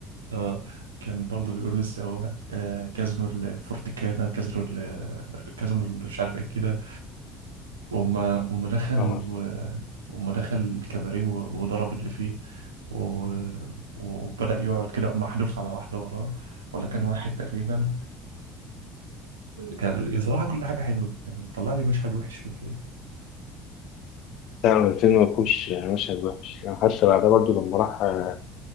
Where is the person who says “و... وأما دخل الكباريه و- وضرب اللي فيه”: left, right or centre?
Right